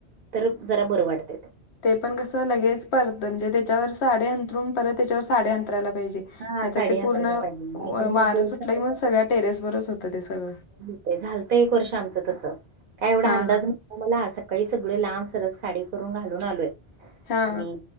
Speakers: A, on the right; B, on the left.
A: तर जरा बरं वाटत ते.
B: ते पण कसं लगेच परतं न म्हणजे त्याच्यावर साडे अंथरून परत त्याच्यावर साडी अंथरायला पाहिजे नाही
A: हा साडी
B: तर ते
A: हातरायला
B: पूर्ण
A: पाहिजे नाहीतर
B: वारं
A: मग सगळं
B: सुटलं की मग सगळ्या टेरेस वरच होत ते सगळं.
A: ते झालतं एक वर्ष आमचं तसं काय एवढा
B: हा
A: अंदाज
B: हा
A: न आमाला सकाळी सगळे लांब सरग साडी करून घालून आलोय
B: हा
A: आणि